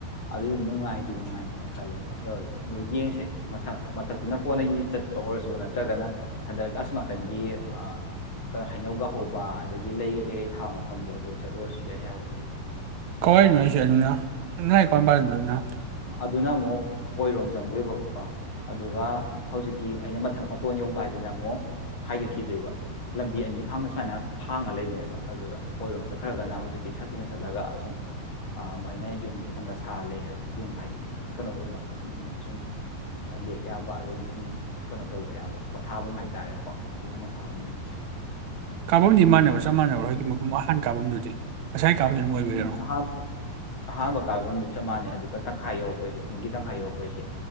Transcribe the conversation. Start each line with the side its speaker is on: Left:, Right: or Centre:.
Left: ꯑꯗꯨꯏꯗꯤ ꯅꯨꯡꯉꯥꯏꯗꯤ ꯅꯨꯡꯉꯥꯏꯅꯦꯅ ꯈꯜꯂꯦꯅ ꯌꯧꯔꯗꯤ ꯑꯗꯨ ꯌꯦꯡꯁꯦ ꯃꯊꯛ ꯃꯊꯛꯇꯨꯅ ꯀꯣꯟꯅꯒꯤ ꯆꯠꯄ ꯑꯣꯏꯔꯁꯨ ꯅꯠꯇ꯭ꯔꯒꯅ ꯍꯟꯗꯛ ꯑꯁꯣ ꯅꯥꯀꯟꯒꯤ ꯀꯩꯅꯣ ꯍꯩꯅꯧꯒ ꯍꯧꯕ ꯑꯗꯒꯤ ꯂꯩꯒ ꯀꯩꯀꯩ ꯊꯥꯕ ꯃꯐꯝꯗꯣ ꯑꯗꯨ ꯆꯠꯂꯨꯔꯁꯨ ꯌꯥꯏ ꯌꯥꯕꯕꯨꯗꯤ
Right: ꯀꯅꯣꯏ ꯁꯅ ꯅꯥꯏ ꯀꯅ
Left: ꯑꯗꯨꯅ ꯑꯃꯨꯛ ꯑꯣꯏꯔꯣꯝ ꯆꯪꯗꯣꯏꯕꯀꯣ ꯑꯗꯨꯒ ꯍꯧꯖꯤꯛꯀꯤ ꯑꯩꯅ ꯃꯊꯛ ꯃꯇꯣꯟ ꯌꯧꯕ ꯍꯥꯏꯗꯅ ꯑꯃꯨꯛ ꯍꯥꯏꯒꯠꯈꯤꯗꯣꯏꯕ ꯂꯝꯕꯤ ꯑꯅꯤ ꯐꯥꯡꯅ ꯁꯨꯃꯥꯏꯅ ꯐꯥꯡꯉ ꯂꯩꯕꯅꯦꯕ ꯑꯗꯨꯗ ꯑꯣꯏꯔꯣꯝ ꯆꯠꯈ꯭ꯔꯒꯅ ꯍꯧꯖꯤꯛꯀꯤ ꯁꯠꯇꯤꯡꯅ ꯆꯠꯂꯒ ꯑꯁꯨꯝꯨ ꯑꯩꯅ ꯌꯨꯝ ꯈꯤꯇꯪꯒ ꯁꯥꯔ ꯂꯩ ꯍꯥꯏꯕꯗꯣ ꯌꯨꯝ ꯍꯥꯏꯗꯤ ꯀꯩꯅꯣꯒꯨꯝꯕ ꯎ ꯁꯨꯝ ꯂꯦꯛ ꯌꯥꯕ ꯑꯗꯩ ꯁꯨꯝ ꯀꯩꯅꯣ ꯇꯧꯕ ꯌꯥꯕ ꯄꯣꯊꯥꯐꯝ ꯍꯥꯏꯇꯥꯔꯦꯀꯣ ꯑꯗꯨꯒꯨꯝꯕ ꯁꯥꯐꯝ ꯂꯩꯕ
Right: ꯀꯥꯐꯝꯗꯤ ꯃꯥꯟꯅꯕ꯭ꯔꯥ ꯆꯞ ꯃꯥꯟꯅꯕ꯭ꯔꯥ ꯑꯩꯣꯏꯒꯤ ꯃꯐꯝ ꯑꯍꯥꯟ ꯀꯥꯐꯝꯗꯨꯗꯤ ꯉꯁꯥꯏ ꯀꯥꯐꯝꯗꯨꯅ ꯃꯣꯏ ꯑꯣꯏꯕꯩꯔꯣ
Left: ꯎꯝ ꯍ ꯍꯥꯥ ꯀꯥꯕꯣꯟ ꯆꯞ ꯃꯥꯟꯅꯩ ꯑꯗꯨꯒ ꯇꯪꯈꯥꯏ ꯌꯧꯔꯛꯄꯩꯁꯦ ꯆꯤꯡꯒꯤ ꯇꯪꯈꯥꯏ ꯌꯧꯔꯛꯄꯩꯁꯦ